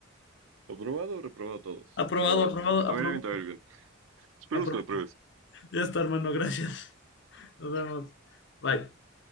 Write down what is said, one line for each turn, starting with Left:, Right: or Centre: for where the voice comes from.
Right: Aprobado o reprobado todos.
Left: Aprobado,
Right: Pero
Left: aprobado,
Right: te- que te
Left: aprobado,
Right: vaya bien, te vaya bien. Esperemos
Left: aprobado.
Right: que lo pruebes.
Left: Ya está, hermano, gracias. Nos vemos. Bye.